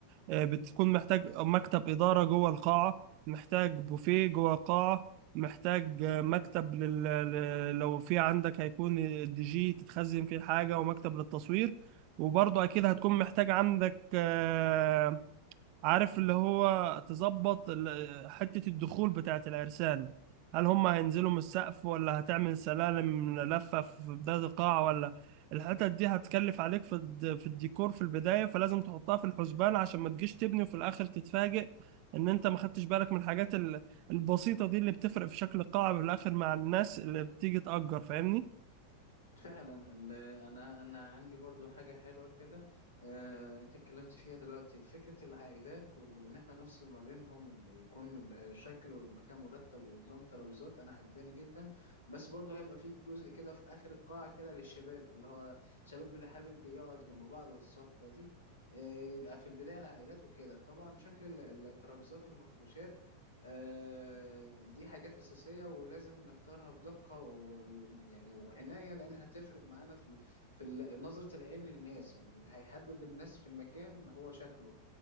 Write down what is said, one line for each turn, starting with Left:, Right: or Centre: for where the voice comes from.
Right: آه، بتكون محتاج مكتب إدارة جوه القاعة محتاج بوفيه جوه القاعة محتاج آه، مكتب لل... ل- لو في عندك هيكون الدي جي تتخزن فيه الحاجة ومكتب للتصوير وبرضه أكيد هتكون محتاج عندك آه، عارف اللي هو تظبط ال- حتة الدخول بتاعة العرسان هل هم هينزلوا من السقف ولا هتعمل سلالم لفة في بداية القاعة ولا الحتت دي هتكلف عليك في الد- في الديكور في البداية فلازم تحطها في الحسبان عشان ما تجيش تبني وفي الآخر تتفاجئ إن أنت ما خدتش بالك من الحاجات ال- البسيطة دي اللي بتفرق في شكل القاعة في الآخر مع الناس اللي بتيجي تأجر فاهمني؟
Left: فعلا ال- انا انا عندي برضو حاجه حلوه كده آه، انت اتكلمت فيها دلوقتي فكره العائلات وال- وان احنا نفصل ما بينهم وان يكون ال- الشكل والمكان مرتب ونظام ترابيزات انا عجباني جدا بس برضو هيبقى في جزء كده في اخر القاعه كده للشباب اللي هو الشباب اللي حابب يقعد جنب بعض والصحبه دي آه، يبقى في البدايه العائلات وكده طبعا شكل ال- الترابيزات والمفروشات آه، دي حاجات أساسية ولازم نختارها بدقة ويعني وعناية لأن هتفرق معانا في ال- في ال- نظرة العين للناس يعني اللي هيحبب الناس في المكان هو شكله